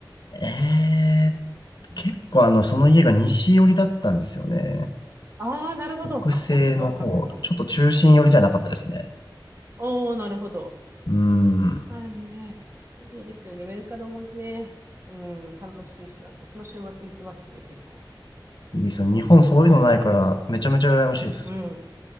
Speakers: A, on the left; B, on the right.
A: えー、結構あの、その家が西寄りだったんですよね。
B: ああー、なるほど。
A: 北西の方、
B: あ、じゃあちょっとわかんないかもな。
A: ちょっと中心寄りじゃなかったですね。
B: おー、なるほど。
A: うん、
B: まあでもね、そういいですよね。メルカドもね、うん、楽しいしな。私も週末行きますね、結構。
A: いいですよ。日本そういうのないから、
B: なんか、
A: めちゃめちゃ羨ましいです。
B: うん。